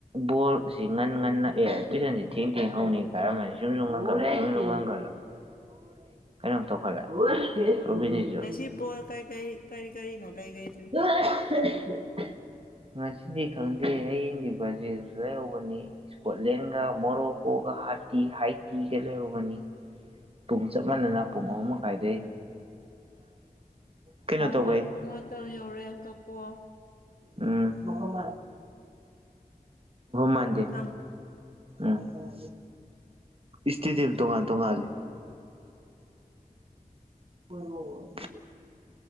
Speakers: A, on the right; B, on the left.
A: ꯕꯣꯜꯁꯤ ꯉꯟ ꯉꯟꯅ ꯑꯦ ꯇꯨꯏꯁꯟꯖꯤ ꯊꯦꯡ ꯊꯦꯡ ꯍꯧꯅꯤ ꯀꯥꯏꯔꯝꯃꯅꯤ ꯁꯨꯝꯁꯨꯨꯝ ꯉꯟꯈꯠꯂꯛ ꯁꯨꯝꯁꯨꯨꯝ ꯉꯟꯈꯠꯂꯛ <unintelligible> <unintelligible>
B: ꯐꯤꯕꯣꯜ ꯀꯩ ꯀꯩ ꯀꯔꯤ ꯀꯔꯤꯅꯣ ꯂꯩꯒꯩ
A: <unintelligible> ꯉꯁꯤꯗꯤ ꯈꯪꯗꯦ ꯍꯌꯦꯡꯗꯤ ꯕꯔꯖꯤꯜꯖꯨ ꯂꯩꯍꯧꯕꯅꯤ ꯁꯀꯣꯠꯂꯦꯟꯒ ꯃꯣꯔꯣꯀꯣꯒ ꯍꯥꯇꯤ ꯍꯥꯏꯇꯤꯒ ꯂꯩꯍꯧꯕꯅꯤ ꯄꯨꯡ ꯆꯞ ꯃꯥꯟꯅꯅ ꯄꯨꯡ ꯑꯍꯨꯝ ꯃꯈꯥꯏꯗꯩ ꯀꯩꯅꯣ
B: ꯍꯣꯏ
A: ꯇꯧꯕꯩ
B: ꯍꯣꯏ ꯄꯨꯡ ꯃꯇꯝ ꯌꯧꯔꯦ ꯀꯛꯀꯣ
A: ꯎꯝ ꯃꯐꯝ ꯃꯥꯟꯗꯦ
B: ꯊꯝꯃꯣ ꯊꯝꯃꯣ
A: ꯎꯝ ꯏꯁꯇꯤꯗꯤꯝ ꯇꯣꯉꯥꯟ ꯇꯣꯡꯉꯥꯜꯂꯤ <unintelligible>